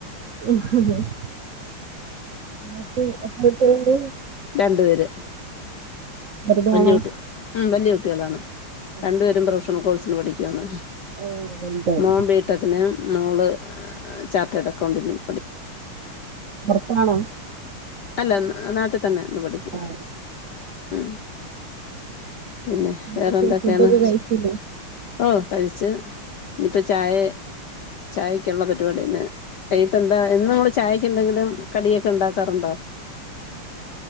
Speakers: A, on the right (about 50°); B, on the left (about 60°).
A: <unintelligible> <unintelligible> ഇങ്ങക്ക് എത്ര കുട്ടികള്ണ്ട്
B: രണ്ട് പേര്
A: ചെറുതാണോ
B: വല്യ കുട്ടി ഉം വല്യ കുട്ടികളാണ്
A: ഉം
B: രണ്ടു പേരും പ്രൊഫഷണൽ കോഴ്സിന് പഠിക്കുവാണ്
A: ഓഹ് വലുതായി
B: മോം ബീടെക്ക്‌ന് മോള് ചാർട്ടേഡ് അക്കൗണ്ടിനും
A: പോർത്താണ്
B: അല്ല നാട്ടിൽ തന്നെ ന്ന് പഠിക്കും
A: ആഹ്
B: ഉം പിന്നെ
A: എന്തൊക്കെ
B: വേറെന്തൊക്കെയാണ്
A: ഫുഡൊക്കെ കഴിച്ചില്ലേ
B: ഓ കഴിച്ച് ഇഞ്പ്പ ചായെ ചായക്കുള്ള പരിപാടിന്നെ വൈകിട്ടന്താ എന്നും ചായ എന്തെങ്കിലും കടിയൊക്കെ ഇണ്ടാക്കാറുണ്ടോ?